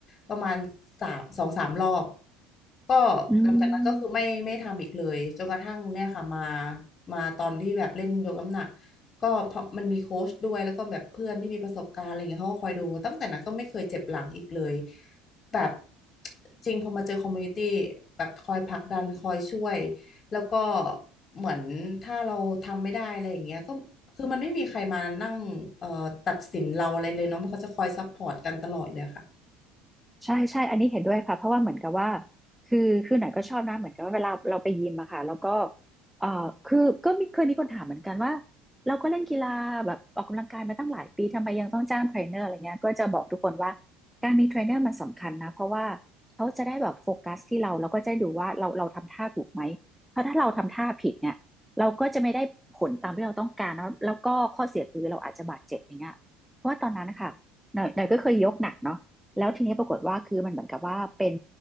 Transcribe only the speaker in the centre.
อืม
ใช่ใช่อันนี้เห็นด้วยค่ะเพราะว่าเหมือนกับว่าคือคือหน่อยก็ชอบนะเหมือนกับว่าเวลาเราไปยิมอะค่ะแล้วก็เอ่อคือก็มีเคยมีคนถามเหมือนกันว่าเราก็เล่นกีฬาแบบออกกำลังกายมาตั้งหลายปีทำไมยังต้องจ้างเทรนเนอร์อะไรเงี้ยก็จะบอกทุกคนว่าการมีเทรนเนอร์มันสำคัญนะเพราะว่าเขาจะได้แบบโฟกัสที่เราแล้วก็จะได้ดูว่าเราเราทำท่าถูกไหมเพราะถ้าเราทำท่าผิดเนี่ยเราก็จะไม่ได้ผลตามที่เราต้องการแล้วแล้วก็ข้อเสียคือเราอาจจะบาดเจ็บอย่างเงี้ยเพราะว่าตอนนั้นนะคะหน่อยหน่อยก็เคยยกหนักเนาะ แล้วทีนี้ปรากฏว่าคือมันเหมือนกับว่าเป็น